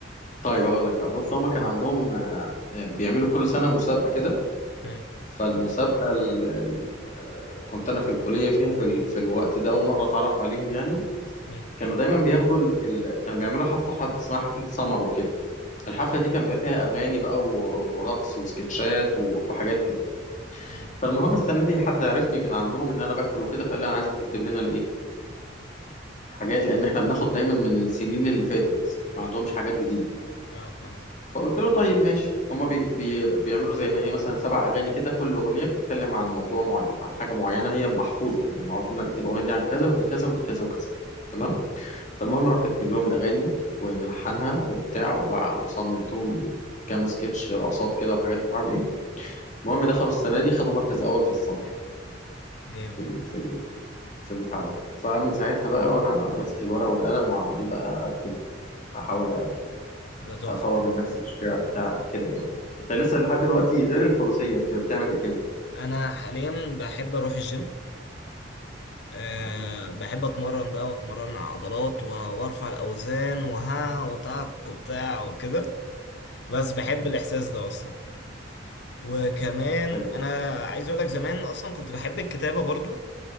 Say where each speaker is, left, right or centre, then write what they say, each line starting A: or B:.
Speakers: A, on the left; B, on the left.
A: طيب اقول لك بقى بص هما كان
B: مم.
A: عندهم آه، آه، بيعملوا كل سنه مسابقه كده
B: مم.
A: فالمسابقه ال... ال- آه، كنت انا في الكليه فيها في, ال... في الوقت ده اول مره اتعرف عليهم يعني
B: مم.
A: كانوا دايما بياخدوا ال... ال... كانوا بيعملوا حفله حف... اسمها حفله سمر وكده الحفلة
B: مم.
A: دي كان بيبقى فيها أغاني بقى و- ورقص وسكتشات و- وحاجات كده
B: مم.
A: فالمهم السنة دي حد عرفني من عندهم إن أنا بكتب وكده فقال لي أنا عايزك تكتب لنا الإيه الحاجات لأن إحنا بناخد دايما من السنين اللي فاتت ما عندهمش حاجات جديدة
B: اه فهمت
A: فقلت له طيب ماشي هما بي بي بيعملوا زي ما إيه مثلا سبع أغاني كده كل أغنية بتتكلم عن موضوع معين عن حاجة معينة هي محفوظة يعني معروف إن دي الأغنية دي عن كذا ودي كذا ودي كذا وكذا تمام
B: مم.
A: فالمهم رحت كاتب لهم الأغاني وملحنها وبتاع وع- وصممتهم كام سكتش رقصات كده وحاجات مش عارف ايه المهم دخلوا السنة دي خدوا مركز أول في السمر
B: جامد
A: في ال... في ال... في البتاع ده فمن ساعتها بقى وأنا ماسك الورقة والقلم وعمال بقى أكتب أحاول أ-
B: ده تحفة
A: أطور من نفسي في الشعر بتاع كده يعني أنت لسه لحد دلوقتي غير الفروسية بت- بتعمل إيه تاني؟
B: انا حاليا بحب اروح الجيم أه
A: تمام
B: بحب اتمرن بقى واتمرن على عضلات و- وارفع الاوزان وها وتعك وبتاع وكده بس بحب
A: مم.
B: الاحساس ده اصلا وكمان
A: حلو
B: انا
A: أوي.
B: عايز اقول لك زمان اصلا كنت بحب الكتابة برضو